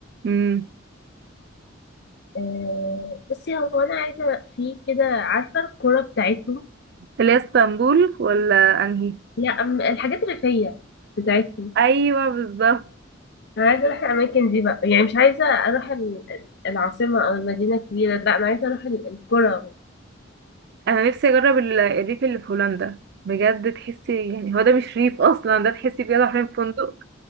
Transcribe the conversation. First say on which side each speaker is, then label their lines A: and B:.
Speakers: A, on the right; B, on the left.
A: امم
B: آه، بصي هو أنا عايزة في كده عارفة الكرة بتاعتهم
A: اللي هي اسطنبول ولا انهي
B: لا أم- الحاجات الريفية بتاعتهم
A: ايوه بالظبط
B: انا عايزه اروح الاماكن دي بقى يعني مش عايزه اروح ال- ال- العاصمه او المدينه الكبيره لا انا عايزه اروح ال- القرى
A: انا نفسي اجرب ال- الريف اللي في هولندا بجد تحسي يعني هو ده مش ريف اصلا ده تحسي بجد حرفيا في فندق